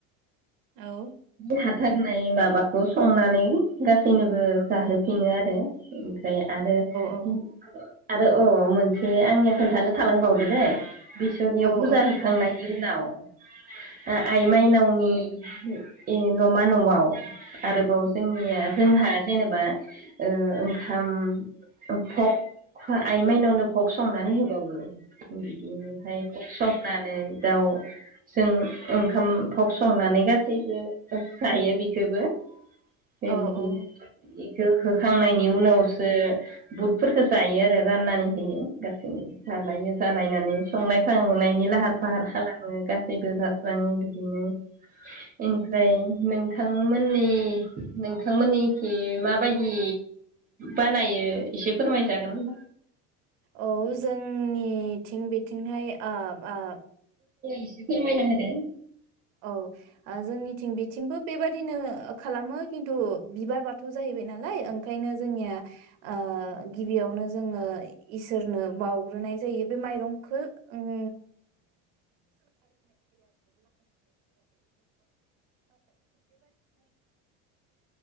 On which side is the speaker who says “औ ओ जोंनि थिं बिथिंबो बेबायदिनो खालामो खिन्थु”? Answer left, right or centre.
Right